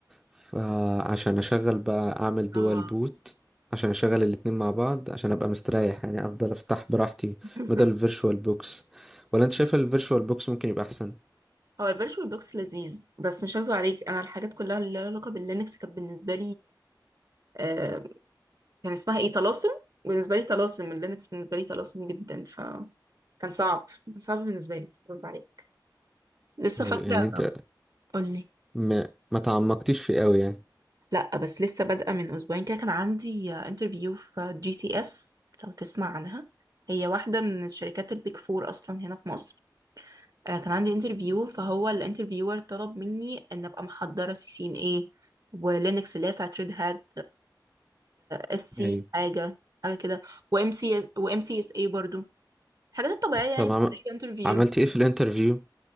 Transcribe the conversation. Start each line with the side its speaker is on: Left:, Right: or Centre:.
Centre: فعشان اشغل بقى اعمل دوال
Right: اه
Centre: بوت عشان اشغل الاتنين مع بعض عشان ابقى مستريح يعني افضل افتح براحتي
Right: <laughs>
Centre: بدل الفيرشوال بوكس ولا انت شايف الفيرشوال بوكس ممكن يبقى احسن
Right: هو الفيرتشوال بوكس لذيذ بس مش هكذب عليك انا الحاجات كلها اللي لها علاقه باللينكس كانت بالنسبه لي كان اسمها ايه طلاسم بالنسبه لي طلاسم اللينكس بالنسبه لي طلاسم جدا ف كان صعب كان صعب بالنسبه لي غصب عليك لسه
Centre: ايوه
Right: فاكره
Centre: يعني انت
Right: قولي
Centre: ما, ما تعمقتيش فيه قوي يعني
Right: لا بس لسه بادئه من اسبوعين كده كان عندي انترفيو في جي سي اس لو تسمع عنها هي واحده من الشركات البيك فور اصلا هنا في مصر آه، كان عندي انترفيو فهو الانترفيور طلب مني ان ابقى محضره سي سي ان اي ولينكس اللي هي بتاعت ريد هات اس سي
Centre: ايوه
Right: حاجه حاجه كده وام سي وام سي اس اي برضو الحاجات الطبيعية يعني
Centre: طب
Right: بتاعت
Centre: عم...
Right: أي انترفيو
Centre: عملت ايه في الانترفيو